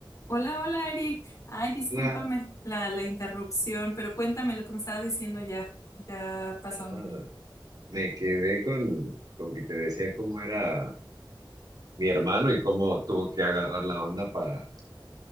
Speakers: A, on the left; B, on the right.
A: Hola, hola Eric. Ay, discúlpame
B: La,
A: la, la interrupción, pero cuéntame lo que me estabas diciendo ya. Ya pasó, mi
B: ah,
A: niño.
B: me quedé con, con que te decía cómo era mi hermano y cómo tuvo que agarrar la onda para,